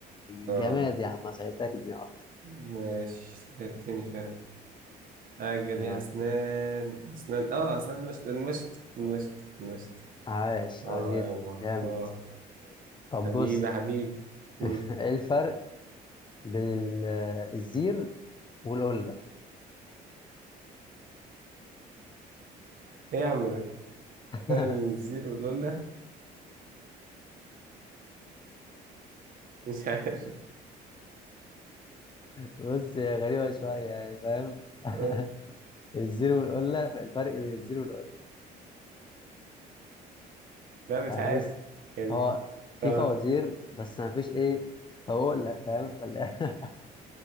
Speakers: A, on the left; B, on the right.
A: جماد
B: اه
A: يا عم ما سهلتك الدنيا اكتر
B: ماشي التاني فعلا حاجة
A: آه،
B: ليها أسنان أسنان آه أسنان المشط المشط المشط المشط
A: عاش
B: آه
A: عاش جدا
B: يابا
A: جامد
B: آه
A: طب
B: حبيبي
A: بص
B: حبيبي
A: <laughs>
B: مم.
A: ايه الفرق بين ال- آه، الزير والقلة
B: إيه يا عم ده
A: <laughs>
B: فرق بين الزير واللولة <laughs> مش عارف
A: بص هي غريبة شوية يعني فاهم <laughs>
B: آه
A: الزير والقلة الفرق بين الزير والقلة
B: لا مش
A: يعني
B: عارف
A: بص
B: يعني
A: هو في
B: آه
A: فوازير بس ما فيش ايه فوقلة فاهم فال- <laughs>